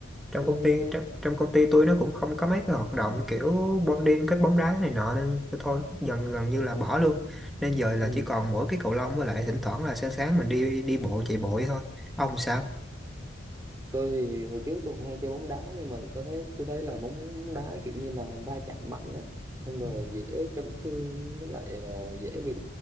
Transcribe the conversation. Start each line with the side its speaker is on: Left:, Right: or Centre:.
Centre: trong
Right: Như,
Centre: công ty trong, trong công ty tôi nó cũng không có mấy cái hoạt động kiểu bonding kết bóng đá này nọ nên tôi thôi gần gần như là bỏ luôn nên giờ là
Right: ừ,
Centre: chỉ còn mỗi cái cầu lông với lại thỉnh thoảng là sáng sáng mình đi đi bộ chạy bộ vậy thôi ông sao
Right: tôi thì hồi trước tôi cũng hay chơi bóng đá nhưng mà tôi thấy tôi thấy là bóng đá kiểu như là va chạm mạnh á xong rồi
Centre: ừ.
Right: dễ chấn thương với lại là dễ bị